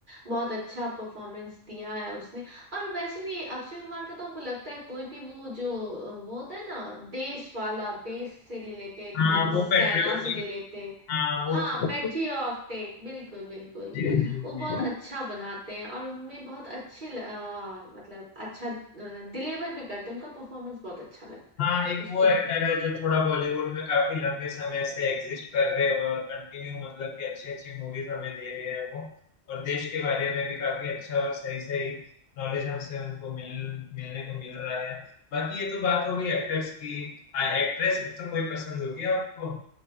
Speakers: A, on the right (about 45°); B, on the left (about 60°).
A: बहुत अच्छा परफॉर्मेंस दिया है उसने और वैसे भी अक्षय कुमार का तो हमको लगता है कोई भी वो जो अ, वो होता है ना देश वाला देश से रिलेटेड
B: हाँ
A: मीन्स
B: वो पेट्रियोटिक
A: सेना से रिलेटेड
B: हाँ वो
A: हाँ
B: तो
A: पैट्रियोटिक बिल्कुल बिल्कुल
B: जी जी
A: वो बहुत
B: जी
A: अच्छा बनाते हैं और उनमें बहुत अच्छे ल- अ, मतलब अच्छा डिलीवर भी करते हैं उनका परफॉर्मेंस बहुत अच्छा लगता
B: हाँ
A: है
B: एक
A: उसमें
B: वो एक्टर है जो थोड़ा बॉलीवुड में काफी लंबे समय से एग्जिस्ट कर रहे हैं और कंटिन्यू मतलब कि अच्छी अच्छी मूवीज हमें दे रहे हैं वो और देश के बारे में भी काफी अच्छा और सही सही नॉलेज हमसे उनको मिल मिलने को मिल रहा है बाकी ये तो बात हो गई एक्टर्स की आ, एक्ट्रेस मतलब कोई पसंद होगी आपको